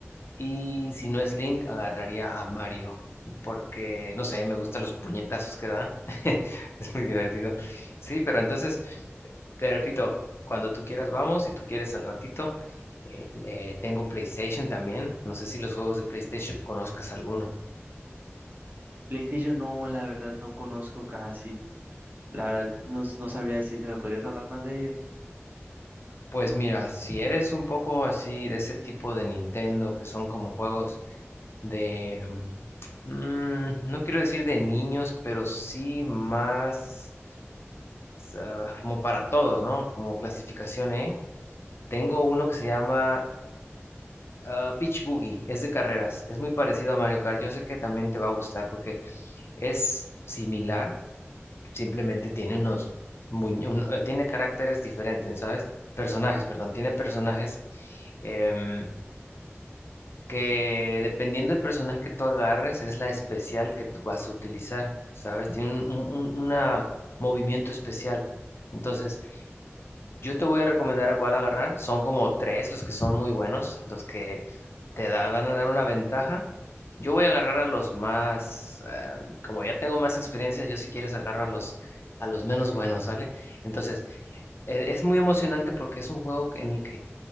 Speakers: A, on the left; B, on the right.
A: Y si no es Link, agarraría a Mario. Porque, no sé, me gustan los puñetazos que da. <laughs> Es muy divertido. Sí, pero entonces, te repito, cuando tú quieras vamos, si tú quieres al ratito. El, eh, tengo PlayStation también. No sé si los juegos de PlayStation conozcas alguno.
B: PlayStation no, la verdad no conozco casi. La verdad no, no sabría decirte, ¿me podrías hablar más de ellos?
A: Pues mira, si eres un poco así de ese tipo de Nintendo, que son como juegos de, mm, mm, no quiero decir de niños, pero sí más ah, como para todos, ¿no? Como clasificación E. Tengo uno que se llama ah, Beach Boogie, es de carreras, es muy parecido a Mario Kart. Yo sé que también te va a gustar porque es similar, simplemente tiene unos muñ- un- eh, tiene caracteres diferentes, ¿sabes? Personajes, perdón, tiene personajes em, que dependiendo del personaje que tú agarres es la especial que tú vas a utilizar, ¿sabes? Tiene un, un- un- una movimiento especial. Entonces, yo te voy a recomendar a cuál agarrar. Son como tres los que son muy buenos, los que te da- van a dar una ventaja. Yo voy a agarrar a los más, eh, como ya tengo más experiencia, yo si quieres agarro a los, a los menos buenos, ¿sale? Entonces, eh, es muy emocionante porque es un juego que- en el que